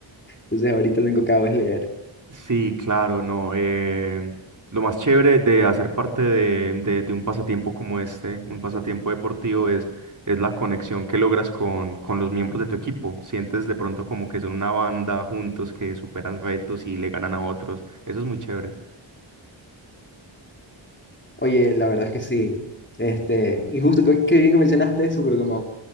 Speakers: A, on the left; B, on the right.
A: Entonces ahorita lo único que hago es leer.
B: Sí, claro, no. eh, lo más chévere de hacer parte de, de- de un pasatiempo como este, un pasatiempo deportivo, es, es la conexión que logras con, con los miembros de tu equipo. Sientes de pronto como que son una banda juntos que superan retos y le ganan a otros. Eso es muy chévere.
A: Oye, la verdad es que sí. Este, y justo que- qué bien que mencionaste eso, porque como